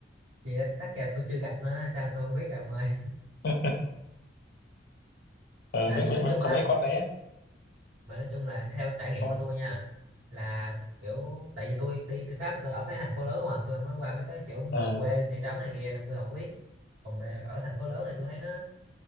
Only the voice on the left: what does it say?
<laughs> ừ,
mấy, mấy,
mấy,
có
mấy con đấy á
không
ừ.